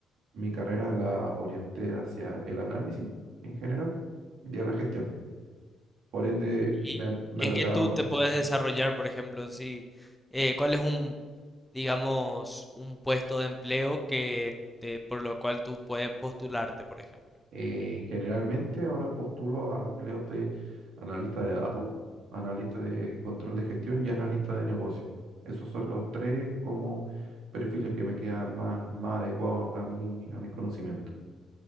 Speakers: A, on the right; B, in the centre.
A: mi carrera la orienté hacia el análisis en general y a la gestión. Por ende,
B: ¿Y
A: me ha, me
B: en
A: ha tocado,
B: qué tú te puedes desarrollar, por ejemplo, si, eh, cuál es un, digamos, un puesto de empleo que te- por lo cual tú puedes postularte, por ejemplo?
A: eh, generalmente ahora postulo a empleos de analista de datos, analista de control de gestión y analista
B: Ujú.
A: de negocio. Esos son los tres como perfiles que me quedan más, más adecuados a mí, a mis conocimientos.